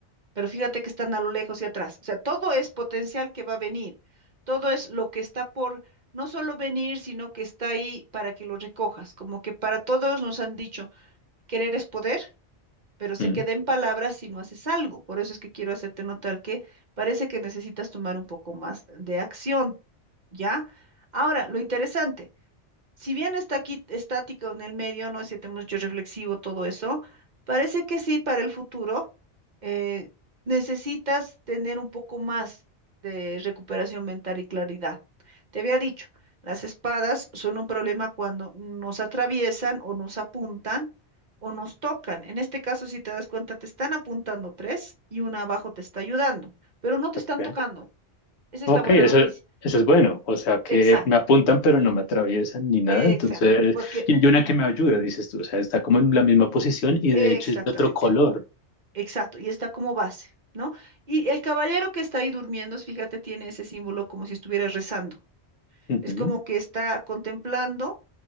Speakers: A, on the right; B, on the left.
A: Pero fíjate que están a lo lejos y atrás. O sea, todo es potencial que va a venir. Todo es lo que está por no solo venir, sino que está ahí para que lo recojas. Como que para todos nos han dicho, querer es poder, pero se
B: mm,
A: queda en palabras si no haces algo. Por eso es que quiero hacerte notar que parece que necesitas tomar un poco más de acción, ¿ya? Ahora, lo interesante si bien está aquí estático en el medio, no es siete mucho reflexivo todo eso, parece que sí, para el futuro eh, necesitas tener un poco más de recuperación mental y claridad. Te había dicho, las espadas son un problema cuando nos atraviesan o nos apuntan o nos tocan. En este caso, si te das cuenta, te están apuntando tres y una abajo te está ayudando, pero no te
B: ok,
A: están tocando. Esa
B: Ok,
A: es la buena
B: eso,
A: noticia.
B: eso es bueno. O sea, que
A: Exacto,
B: me apuntan, pero no me atraviesan ni nada.
A: exacto,
B: Entonces,
A: porque...
B: y hay una
A: ujú.
B: que me ayuda, dices tú. O sea, está como en la misma posición y
A: Exactamente,
B: de hecho es de otro color.
A: exacto, y está como base, ¿no? Y el caballero que está ahí durmiendo, fíjate, tiene ese símbolo como si estuviera rezando.
B: ¿no?
A: Es como que está contemplando